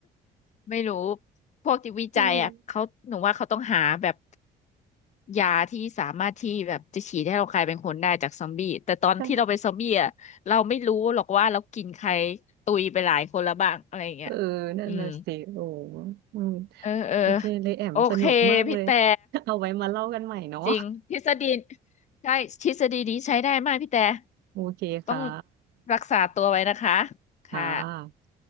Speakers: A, on the left; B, on the right.
A: ไม่รู้พวกที่วิจัยอ่ะเขาหนูว่าเขาต้องหาแบบ
B: เออ
A: ยาที่สามารถที่แบบจะฉีดให้เรากลายเป็นคนได้จากซอมบี้แต่ตอนที่เราเป็นซอมบี้อ่ะเราไม่รู้หรอกว่าเรากินใคร
B: ก็
A: ตุยไปหลายคนแล้วบ้างอะไรอย่างเงี้ย
B: เออนั่นน่ะสิโอ้
A: อืม
B: อืม
A: เออเออ
B: โอเคเลยแอมสนุกมากเลย
A: โอเคพี่แต่
B: <laughs> เอาไว้มาเล่ากันใหม่เนาะ
A: จริงทฤษฎีใช่ทฤษฎีนี้ใช้ได้มากพี่แต่
B: โอเคค่ะ
A: ต้องรักษาตัวไว้นะคะค่ะ
B: ค่ะ